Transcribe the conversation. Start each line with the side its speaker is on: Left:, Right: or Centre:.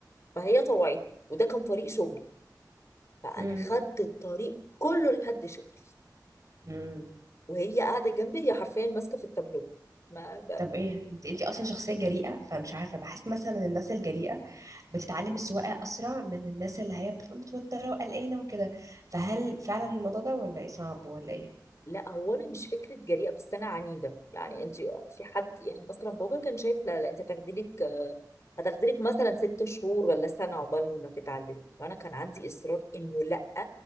Left: فهي طوعتني وده كان طريق شغلي فأنا
Right: اه
Left: خدت الطريق كله لحد شغلي
Right: مم.
Left: وهي قاعدة جنبي هي حرفيا ماسكة في التابلو ما
Right: طب ايه انت انت اصلا شخصيه جريئه فمش عارفه بحس مثلا إن الناس الجريئه بتتعلم السواقه اسرع من الناس اللي هي بتبقى متوتره وقلقانه وكده فهل فعلا الموضوع ده ولا ايه صعب ولا ايه
Left: لا هو انا مش فكره جريئه بس انا عنيده يعني انت في حد يعني مثلا بابا كان شايف لا لا انت هتاخدي لك هتاخدي لك مثلا ست شهور ولا سنه عقبال ما تتعلمي فانا كان عندي اصرار انه لا